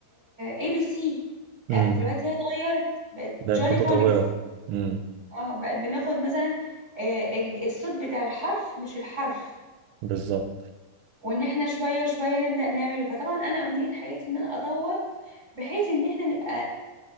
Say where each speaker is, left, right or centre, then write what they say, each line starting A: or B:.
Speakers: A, on the right; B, on the right.
A: اي بي سي
B: امم
A: لا دلوقتي هي اتغيرت بقت
B: بقت
A: جولي
B: متطورة
A: فونكس
B: امم
A: اه بقى بناخد مثلا آه، ال- الصوت بتاع الحرف مش الحرف
B: بالظبط
A: وان احنا شوية شوية نبدأ نعمله فطبعا انا امنية حياتي ان انا اطور بحيث ان احنا نبقى